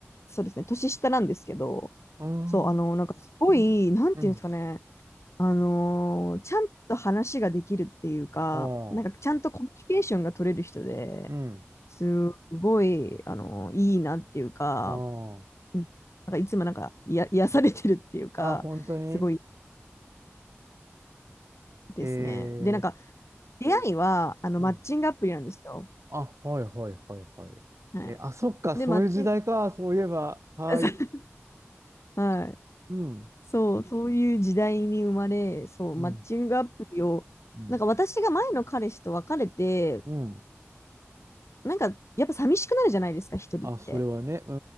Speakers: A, on the left; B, on the right.
A: そうですね、年下なんですけど、
B: うーん、
A: そう、あのーなんかすごい、なんていうんですかね、
B: うん、
A: あのーちゃんと話ができるっていうか、
B: あ
A: なんかちゃんとコミュニケーションが取れる人で、
B: ーうん、
A: すごい、あのーいいなっていうか、
B: あー
A: うん、なんかいつもなんか、いや、癒されてるっていうか、
B: あ、本当に
A: すごい、ですね。
B: えー、
A: で、なんか、出会いは、あの、
B: うん。
A: マッチングアプリなんですよ。
B: あ、はい、はい、はい、はい。
A: はい。
B: えー、あ、そっか、そういう時代か、
A: で、マッチング、
B: そういえば。はい。
A: <laughs> はい。
B: うん、
A: そう、そういう時代に生まれ、そう、
B: うん、
A: マッチングアプリを、
B: うん、
A: なんか私が前の彼氏と別れて、
B: うん。
A: なんか、やっぱ寂しくなるじゃないですか、一人って。
B: あ、それはね、う